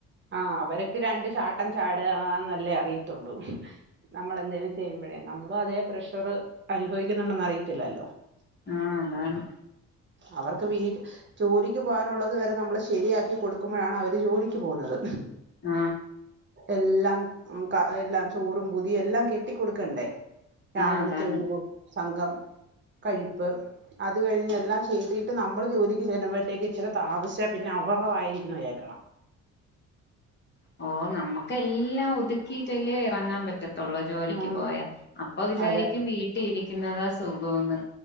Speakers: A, on the right; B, on the left.
A: ആ അവര്ക്ക് രണ്ട് ചാട്ടം ചാട് ആ ന്നല്ലേ അറിയത്തുള്ളൂ. നമ്മൾ എന്തേും ചെയ്യുമ്പോ നമ്മളും അതേ പ്രഷർ അനുഭവിക്കുന്നുണ്ടന്ന്‌ അറിയത്തില്ലല്ലോ
B: ആ അതാണ്
A: അവർക്ക് വീ ജോലിക്ക് പോകാനുള്ളത് വരെ നമ്മള് ശരിയാക്കി കൊടുക്കുമ്പോഴാണ് അവര് ജോലിക്ക് പോവുന്നത്
B: ആ
A: എല്ലാം ഒ ക എല്ലാം ചോറും പുതിയും എല്ലാം കെട്ടിക്കൊടുക്കണ്ടേ രാവിലത്തെ
B: ആഹ് അതാണ്
A: ഒരു കൂ സംഘം കഴിപ്പ്, അത് കഴിഞ്ഞ് എല്ലാം ചെയ്തിട്ട് നമ്മൾ ജോലിക്ക് ചെല്ലുമ്പോഴത്തേക്ക് ഇച്ചിര താമസിച്ച പിന്ന <inaudible> അവർ ടെവായിരിക്കുന്ന കേക്കണം
B: ഓ നമ്മക്ക് എല്ലാം ഒതുക്കിയിട്ടല്ലേ ഇറങ്ങാൻ പറ്റ ത്തുള്ള ജോലിക്ക്
A: ആ
B: പോയാ അപ്പൊ വിചാരിക്കും
A: അതെ
B: വീട്ടിൽ ഇരിക്കുന്നതാ സുഗോന്ന്‌